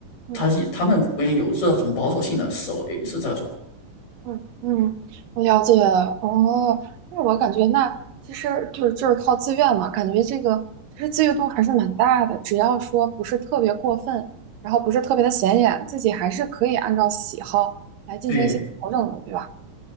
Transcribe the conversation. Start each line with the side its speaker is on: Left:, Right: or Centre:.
Right: 嗯
Left: 他他们普遍有这种保守性的思维，是这种。
Right: 嗯嗯，我了解了。哦，那我感觉那其实就是就是靠自愿嘛，感觉这个其实自由度还是蛮大的，只要说不是特别过分，然后不是特别的显眼，自己还是可以按照喜好来进行一些调整的，
Left: 对。
Right: 对吧？